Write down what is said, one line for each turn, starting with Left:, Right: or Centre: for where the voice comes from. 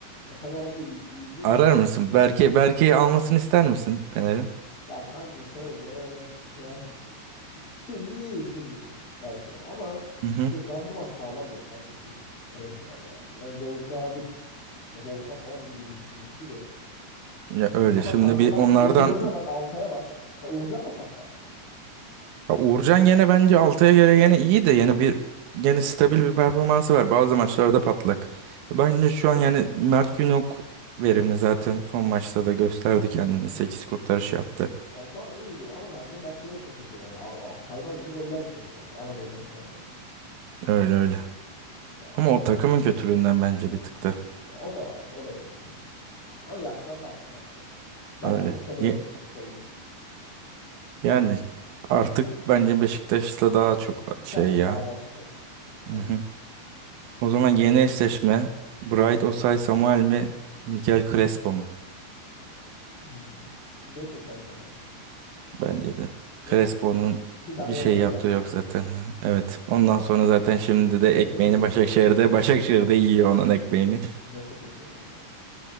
Left: Ya Fener'de de iyi- iyiydi.
Right: Arar mısın? Berke, Berke'yi almasını ister misin Fener'in?
Left: Ya kanka şöyle yani şimdi iyi şimdilik belki ama
Right: Hı hı.
Left: işte randıman sağlamıyor kanka Türk kaleciler ya. Yani Vol nadir Volkan falan iyi düştümüştü de.
Right: Ya öyle
Left: Ama
Right: şimdi
Left: kanka
Right: bir
Left: bak
Right: onlardan
Left: şimdi Uğurcan'a bak Altay'a bak. Ya Uğurcan da patlak.
Right: ya Uğurcan gene bence Altay'a göre yine iyi de yine bir yine stabil bir performansı var. Bazı maçlarda patlak. Bence şu an yani Mert Günok verimli zaten son maçta da gösterdi kendini. sekiz kurtarış yaptı.
Left: Ya sonra iyiydi ama kanka Mert Günok da kötü yani a- a- hayvan gibi goller yiyor bak Anadolu takımlarından.
Right: Öyle öyle.
Left: Yani
Right: Ama o takımın kötülüğünden bence bir tıktı.
Left: ya o da var o da bir etken. Ama yaşlandı artık Mert de. Mert
Right: Öyle.
Left: de o Fener'in
Right: Ye-
Left: topçusu sayılır.
Right: Yani artık bence Beşiktaş'la daha çok şey
Left: Tabii
Right: ya.
Left: bağdaştı. Ha.
Right: Hı hı. O zaman yeni eşleşme Bright Osay Samuel mi Mikel Crespo mu?
Left: Hmm. Neto saysam öyle.
Right: Bence de. Crespo'nun
Left: Neto saysam. Bir tane
Right: bir
Left: gol
Right: şey
Left: attı
Right: yaptığı
Left: Galatasaray'a.
Right: yok zaten. Evet. Ondan sonra zaten şimdi de
Left: Nefret
Right: ekmeğini
Left: ediyorum
Right: Başakşehir'de.
Left: ondan.
Right: Başakşehir'de yiyor onun ekmeğini.
Left: Nefret ediyorum ondan.